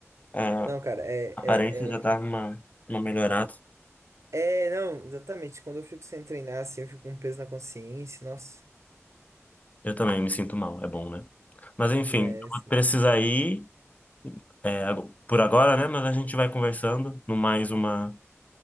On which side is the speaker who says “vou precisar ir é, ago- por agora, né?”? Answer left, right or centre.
Left